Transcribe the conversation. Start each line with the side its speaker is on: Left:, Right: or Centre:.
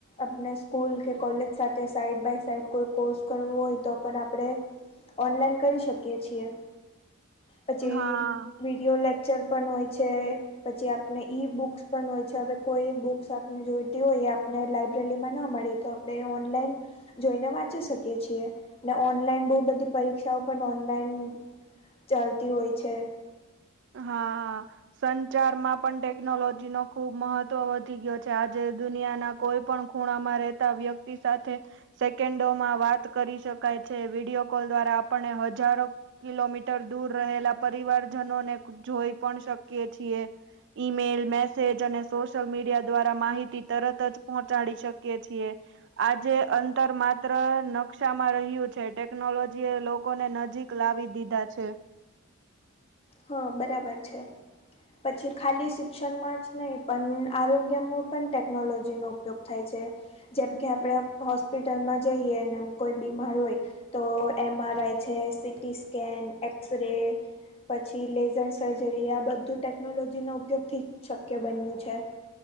Left: આપને સ્કૂલ કે કોલેજ સાથે સાઈડ બાય સાઈડ કોઈ કોર્સ કરવો હોય તો પણ આપડણે ઓનલાઈન કરી શકીએ છીએ પછી
Right: હા
Left: વિડીયો લેક્ચર પણ હોય છે. પછી આપને ઈ બુક્સ પણ હોય છે હવે કોઈ બુક્સ આપને જોઈતી હોય એ આપને લાઈબ્રેરીમાં ના મળી તો આપણે ઓનલાઈન. જોઈને વાંચી શકીએ છીએ, ને ઓનલાઈન બહુ બધી પરીક્ષાઓ પણ ઓનલાઈન. ચાલતી હોય છે,
Right: હા. <inaudible> સંચારમાં પણ ટેકનોલોજીનો ખુબ મહત્વ વધી ગયો છે, આજે દુનિયાના. કોઈપણ ખૂણામાં રહેતા વ્યક્તિ સાથે. સેકન્ડોમાં વાત કરી શકાય છે, વિડીયો કોલ દ્વારા આપણને હજારો. કિલોમીટર દૂર રહેલા પરિવારજનોને જોઈ પણ શકીએ છીએ. ઈમેલ મેસેજ અને સોશિયલમીડિયા દ્વારા માહિતી તરત જ પહોંચાડી શકીએ છીએ. આજે અંતર માત્ર નકશામાં રહ્યું છે, ટેકનોલોજી એ લોકોને નજીક. મોકલાવી દીધા છે.
Left: હા બરાબર છે, પછી ખાલી શિક્ષણમાં જ નહીં પણ આરોગ્યમાં પણ ટેકનોલોજીનો ઉપયોગ થાય છે, જેમ કે, આપણેે હોસ્પિટલમાં જઈએ અને કોઈ બીમાર હોય. તો એમ, આર, આઈ છે, સીટી સ્કેન એક્સ -રે પછી લેઝર સર્જરી આ બધું ટેકનોલોજી નો ઉપયોગથી શક્ય બન્યું છે.